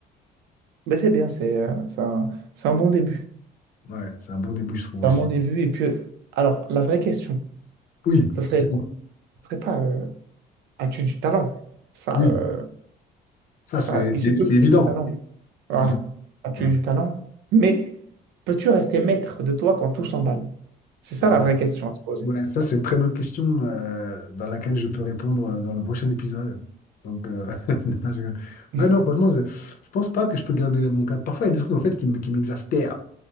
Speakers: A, on the right; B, on the left.
A: mais c'est bien, c'est euh, c'est un, c'est un bon début.
B: Ouais, c'est un bon début, je trouve
A: Clairement
B: aussi.
A: au début. Et puis, euh, alors, la vraie question,
B: Oui,
A: ça serait,
B: dis-moi.
A: ça serait pas euh, as-tu du talent? Ça,
B: Oui,
A: euh,
B: ça
A: ça,
B: c'est c'est-
A: il se peut
B: c'est
A: que
B: évident.
A: tu aies du talent.
B: C'est
A: Voilà.
B: évident.
A: As-tu
B: Ouais.
A: du talent? Mais peux-tu rester maître de toi quand tout s'emballe? C'est ça
B: Bah,
A: la vraie question à se poser.
B: Ouais, ça, c'est une très bonne question euh, dans laquelle je peux répondre euh, dans le prochain épisode. Donc, euh, <laughs> non, je rigole.
A: <laughs>
B: ouais, non, franchement, je, je pense pas que je peux garder mon calme. Parfois, il y a des trucs en fait qui me- qui m'exaspèrent.